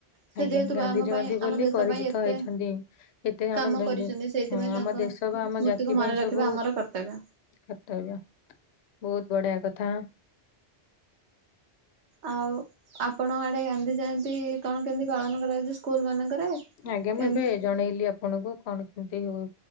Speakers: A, on the right; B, on the left.
A: ସେ
B: ଆଜ୍ଞା
A: ଯେହେତୁ
B: ଗାନ୍ଧୀ
A: ଆମ
B: ଜୟନ୍ତୀ
A: ପାଇଁ ଆମ
B: ବୋଲି
A: ଦେଶ
B: ପରିଚିତ
A: ପାଇଁ ଏତେ
B: ହେଇଛନ୍ତି ଏତେ
A: କାମ
B: ଆମ
A: କରିଛନ୍ତି
B: ହଁ
A: ସେଇଥିପାଇଁ ତାଙ୍କ
B: ଆମ ଦେଶ ବା ଆମ
A: ସ୍ମୃତିକୁ
B: ଜାତି
A: ମନେ
B: ପାଇଁ
A: ରଖିବା
B: ସବୁ
A: ଆମର କର୍ତ୍ତବ୍ୟ
B: କର୍ତ୍ତବ୍ୟ ବୋହୁତ ବଢ଼ିଆ କଥା।
A: ଆଉ ଆପଣ ଆଡ଼େ ଗାନ୍ଧି ଜୟନ୍ତୀ କଣ କେମିତି ପାଳନ କରାଯାଉଚି ସ୍କୁଲ ମାନଙ୍କରେ?
B: ଆଜ୍ଞା
A: କେମତି
B: ମୁଁ ଏବେ ଜଣେଇଲି ଆପଣଙ୍କୁ କଣ କେମିତି ହୋଉ